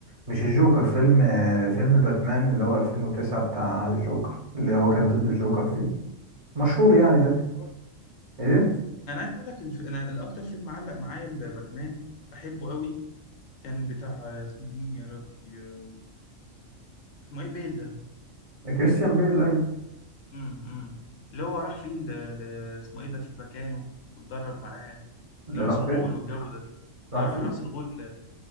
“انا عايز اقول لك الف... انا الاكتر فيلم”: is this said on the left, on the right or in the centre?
Left